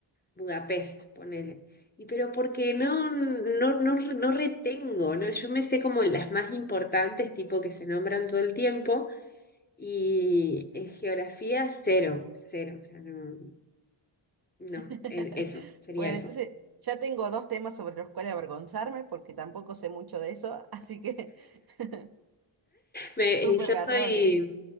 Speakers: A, on the left; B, on the right.
A: Budapest, ponele. Y pero porque no, no, no, no retengo, ¿no? Yo me sé como las más importantes, tipo que se nombran todo el tiempo, y en geografía cero, cero, o sea, no, no,
B: <laughs>
A: en- eso, sería
B: Bueno,
A: eso.
B: entonces ya tengo dos temas sobre los cuales avergonzarme porque tampoco sé mucho de eso, así que <laughs>
A: Me-
B: súper
A: eh, yo
B: garrón,
A: soy
B: ¿eh?